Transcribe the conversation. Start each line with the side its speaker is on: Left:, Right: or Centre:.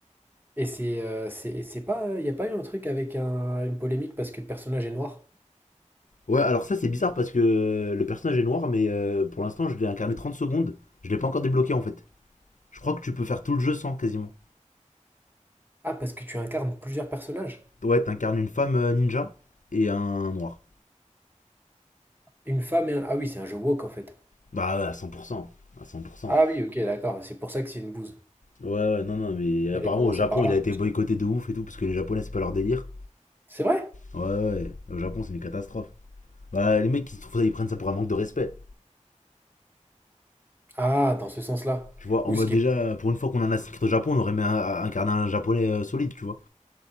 Right: Et c'est, euh, c'est, et c'est pas, il n'y a pas eu un truc avec un- une polémique parce que le personnage est noir?
Left: Ouais, alors ça, c'est bizarre parce que euh, le personnage est noir, mais euh, pour l'instant, je l'ai incarné 30 secondes. Je l'ai pas encore débloqué en fait. Je crois que tu peux faire tout le jeu sans quasiment.
Right: Ah, parce que tu incarnes plusieurs personnages?
Left: Ouais, t'incarnes une femme euh, ninja et un noir.
Right: Une femme et un... Ah oui, c'est un jeu woke, en fait.
Left: Bah ouais, à 100%. À 100%.
Right: Ah oui, ok, d'accord, c'est pour ça que c'est une bouse.
Left: Ouais, ouais, non, non, mais
Right: Fallait
Left: apparemment
Right: commencer
Left: au Japon,
Right: par là.
Left: il a été boycotté de ouf et tout, parce que les Japonais, c'est pas leur délire.
Right: C'est vrai?
Left: Ouais, ouais, au Japon, c'est une catastrophe. Bah, les mecs, qui se trouvent ça, ils prennent ça pour un manque de respect.
Right: Ah, dans ce sens-là.
Left: Tu vois, en
Right: Oui,
Left: mode
Right: ce qui
Left: déjà,
Right: est,
Left: pour une fois qu'on en a six au Japon, on aurait mis un, un carnet japonais euh, solide, tu vois.